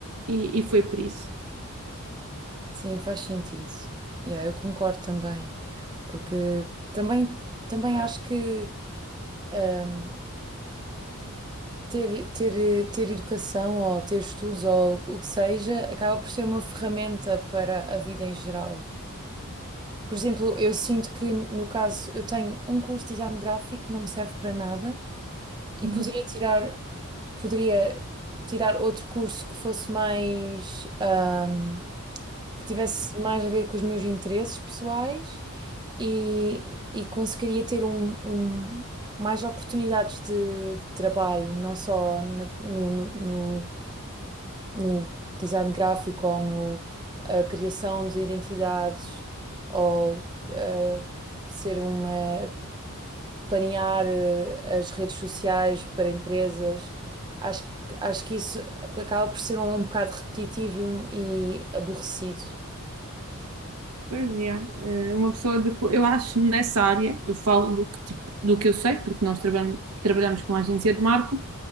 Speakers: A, on the right; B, on the right.
A: E, e foi por isso.
B: Sim, faz sentido. Yeah, eu concordo também, porque também, também acho que hum, ter, ter, ter educação ou ter estudos ou o que seja acaba por ser uma ferramenta para a vida em geral. Por exemplo, eu sinto que, no caso, eu tenho um curso de design gráfico que não me serve para nada e
A: Uhum.
B: poderia tirar, poderia tirar outro curso que fosse mais, ahm, que tivesse mais a ver com os meus interesses pessoais e, e conseguiria ter um, um- mais oportunidades de, de trabalho, não só na- no, no- no- no design gráfico ou no a criação de identidades ou eh, ser uma planear eh, as redes sociais para empresas. Acho, que- acho que isso acaba por ser um, um bocado repetitivo e, um- e aborrecido.
A: Pois é, eh, uma pessoa depois, eu acho nessa área, eu falo do que, tipo, do que eu sei, porque nós trabalhamos, trabalhamos com uma agência de marketing,